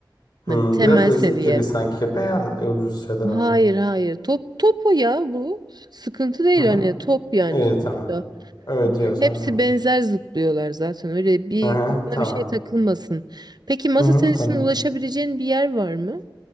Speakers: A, on the left (about 60°); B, on the right (about 60°).
A: Hmm,
B: Hani temel
A: biraz ezik
B: seviye.
A: gibi sanki beyaz e, ucuz şeyler alma.
B: Hayır hayır top topu ya bu. Sıkıntı değil
A: Hı hı.
B: hani top yani
A: İyi
B: sonuçta.
A: tamam. Öyle
B: Yani
A: diyorsan
B: hepsi
A: tamam.
B: benzer zıplıyorlar zaten. Öyle bir
A: Hı hı.
B: aklına
A: Tamam.
B: bir şey takılmasın. Peki masa
A: Hı hı.
B: tenisine
A: Tamam.
B: ulaşabileceğin bir yer var mı?